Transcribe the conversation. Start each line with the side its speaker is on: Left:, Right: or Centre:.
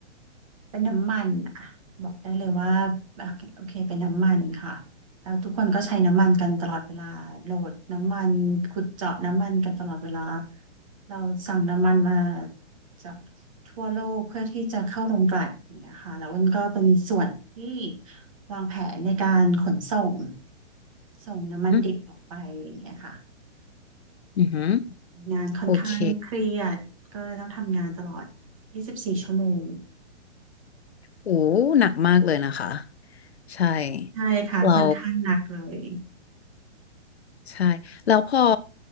Right: เป็นน้ำมันอ่ะบอกได้เลยว่าอ่ะโอเคเป็นน้ำมันค่ะ แล้วทุกคนก็ใช้น้ำมันกันตลอดเวลาโหลดน้ำมันขุดเจาะน้ำมันกันตลอดเวลาเราสั่งน้ำมันมาจากทั่วโลกเพื่อที่จะเข้าโรงกลั่นอย่างเงี้ยค่ะแล้วมันก็เป็นส่วนที่วางแผนในการขนส่งส่งน้ำมันดิบออกไปอย่างเงี้ยค่ะ
Left: อืมอือหือ
Right: งานค่อนข้างเครียดก็เลยต้องทำงานตลอด
Left: โอเค
Right: 24 ชั่วโมง
Left: โอ้หนักมากเลยนะคะใช่
Right: ใช่ค่ะค่อนข้างหนักเลย
Left: เรา ใช่แล้วพอ